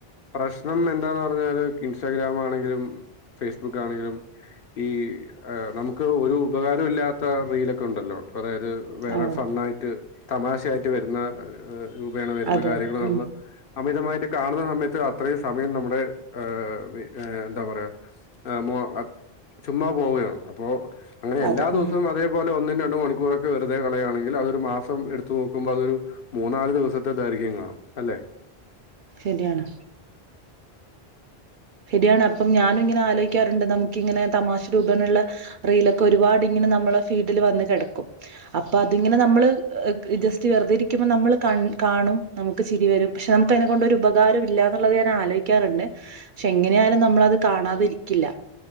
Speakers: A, on the left; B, on the right.
A: പ്രശ്നം എന്താന്ന് പറഞ്ഞാല് ഇൻസ്റ്റാഗ്രാമാ മാണെങ്കിലും ഫേസ്ബുക്കാണെങ്കിലും ഈ ആ നമുക്ക് ഒരു ഉപകാരം ഇല്ലാത്ത റീലൊക്കെ ഉണ്ടല്ലോ? അതായത് വേറെ
B: ആ
A: ഫണ്ണായിട്ട് തമാശയായിട്ട് വര്ന്ന ഏഹ് രൂപേണ വര്ന്ന
B: അതെ
A: കാര്യങ്ങള്
B: അതെ
A: നമ്മള്
B: ഉം
A: അമിതമായിട്ട് കാണുന്ന സമയത്ത് അത്രയും സമയം നമ്മുടെ, ആഹ് എന്താ പറയാ, മോ ചുമ്മാ പോവുകയാണ്. അപ്പോ അങ്ങനെ എല്ലാ
B: അതെ
A: ദിവസവും
B: ഉം
A: അതേപോലെ ഒന്നിന് രണ്ട് മണിക്കൂറൊക്കെ വെറുതെ കളയാണെങ്കിൽ അതൊരു മാസം എടുത്തു നോക്കുമ്പോ അതൊരു മൂന്നാല് ദിവസത്തെ ദൈർഘ്യം കാണും അല്ലേ?
B: ശരിയാണ് ശരിയാണ്. അപ്പം ഞാനും ഇങ്ങനെ ആലോചിക്കാറുണ്ട് നമുക്കിങ്ങനെ തമാശ രൂപേണള്ള റീലൊക്കെ ഒരുപാടിങ്ങനെ നമ്മളെ ഫീഡില് വന്ന് കിടക്കും. അപ്പൊ അതിങ്ങനെ നമ്മൾ ജസ്റ്റ് വെറുതെ ഇരിക്കുമ്പോൾ നമ്മള് കൺ കാണും, നമുക്ക് ചിരി വരും. പക്ഷെ നമുക്ക് അതിനെ കൊണ്ടൊരു ഉപകാരം ഇല്ലാന്നുള്ളത് ഞാൻ ആലോചിക്കാറ്ണ്ട്. പക്ഷെ എങ്ങനെയായാലും നമ്മളത് കാണാതിരിക്കില്ല.